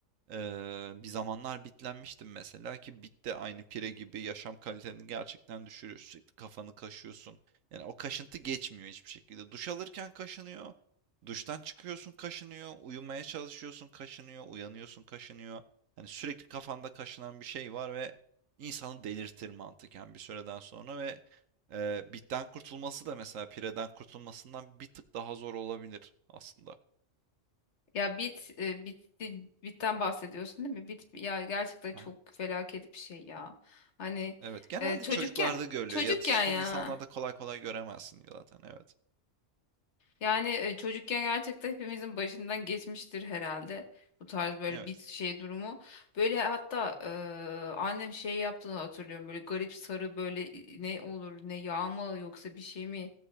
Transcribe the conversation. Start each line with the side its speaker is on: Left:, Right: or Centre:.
Right: Eee, bir zamanlar bitlenmiştim mesela ki bit de aynı pire gibi yaşam kaliteni gerçekten düşürüyor. Sürekli kafanı kaşıyorsun. Yani o kaşıntı geçmiyor hiçbir şekilde. Duş alırken kaşınıyor. Duştan çıkıyorsun kaşınıyor. Uyumaya çalışıyorsun kaşınıyor. Uyanıyorsun kaşınıyor. Yani sürekli kafanda kaşınan bir şey var ve insanı delirtir mantıken bir süreden sonra ve eee, bitten kurtulması da mesela pireden kurtulmasından bir tık daha zor olabilir aslında.
Left: Ya bit e, bitti bitten bahsediyorsun değil mi? Bit ya gerçekten çok
Right: Aha.
Left: felaket bir şey ya. Hani
Right: Evet, genelde
Left: e, çocukken
Right: çocuklarda görülüyor.
Left: çocukken
Right: Yetişkin
Left: ya.
Right: insanlarda kolay kolay göremezsin zaten. Evet.
Left: Yani e, çocukken gerçekten hepimizin başından geçmiştir herhalde bu tarz böyle
Right: Evet.
Left: bir şey durumu. Böyle hatta e, annem şey yaptığını hatırlıyorum böyle garip sarı böyle e, ne olur ne yağ mı yoksa bir şey mi?